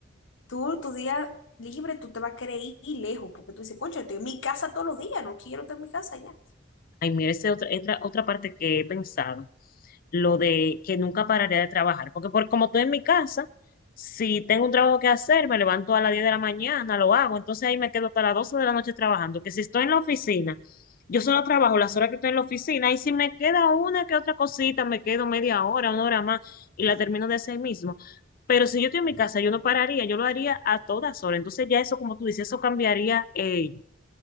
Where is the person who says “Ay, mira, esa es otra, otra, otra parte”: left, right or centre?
Left